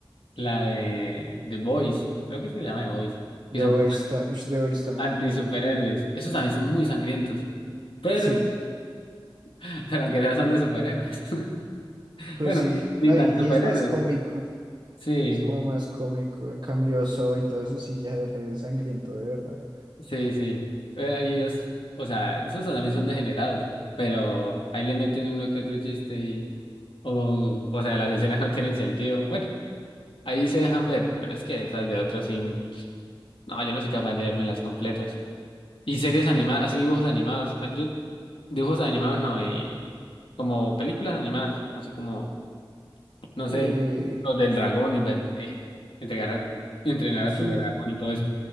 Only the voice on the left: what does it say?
la de The Boys. Creo que se llama The Boys.
Que son
como
anti-superhéroes.
Esos también son muy sangrientos. Pero...
<laughs> Pero aunque sea son de superhéroes. <laughs>
Bueno,
ni ni
tan
superhéroes.
Sí,
sí, sí. Eh, y es, o sea, esos también son degenerados, pero ahí le meten uno que otro chiste y, o, o sea, las escenas no tienen sentido. Bueno, ahí se dejan ver, pero es que esas de otras sí, no, yo no soy capaz de verme las completas. Y series animadas, así dibujos animados. Ah, Yo, dibujos animados no, eh, como películas animadas, así como no
sé, los del dragón, inven- eh, entregar a- entrenar
a tu dragón y todo eso.